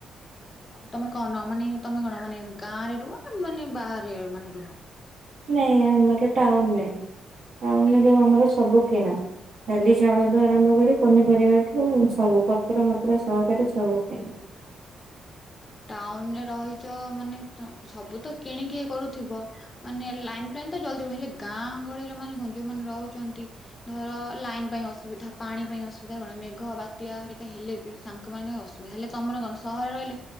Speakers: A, on the left (about 35°); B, on the right (about 75°).
A: ତମର କଣ ନ ମାନେ ତମେ କଣ ମାନେ ଗାଁ ରେ ରୁହ ନା ମାନେ ବାହାରେ ମାନେ
B: ନାଇଁ ଆମର ଟାଉନରେ, ଟାଉନରେ ଯୋଉ ଆମର ସବୁ କିଣା। ଡାଲି, ଚାଉଳଠୁ ଆରମ୍ଭ କରି ପନିପରିବାଠୁ ସବୁ ପତ୍ର-ମତ୍ର ସହକାରେ ସବୁ କିଣୁ।
A: ଟାଉନରେ ରହିଚ ମାନେ ସବୁ ତ କିଣିକି କରୁଥିବ। ମାନେ ଲାଇନ୍-ଫାଇନ୍ ତ ଜଳୁଥିବ ହେଲେ ଗାଁ ଗହଳିରେ ମାନେ ଯୋଉମାନେ ରହୁଛନ୍ତି? ଧର ଲାଇନ ପାଇଁ ଅସୁବିଧା, ପାଣି ପାଇଁ ଅସୁବିଧା, କଣ ମେଘ ବାତ୍ୟାହରିକା ହେଲେ ବି ତାଙ୍କ ପାଇଁ ଅସୁବିଧା ହେଲେ, ତମର କଣ ସହରେ ରହିଲେ